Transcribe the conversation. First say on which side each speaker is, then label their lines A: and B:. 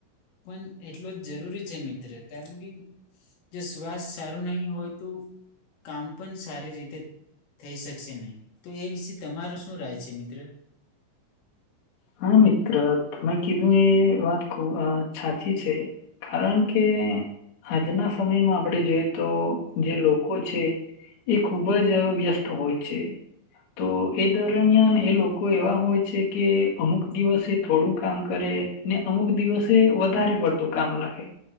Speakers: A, on the left; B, on the left.
A: પણ એટલો જ જરૂરી છે મિત્ર કારણ કે જો શ્વાસ સારું ન હોય તો કામ પણ સારી રીતે થઈ શકશે નહી તો એ વિશે તમારું શું રાય છે મિત્ર.
B: હા મિત્ર તમે કીધું એ વાત ખ સાચી છે, કારણ કે આજના સમયમાં આપણે જોઈએ તો જે લોકો છે એ ખુબ જ વ્યસ્ત હોય છે તો એ દરમિયાન એ લોકો એવા હોય છે કે અમુક દિવસે થોડું કામ કરે ને અમુક દિવસે વધારે પડતું કામ લાગે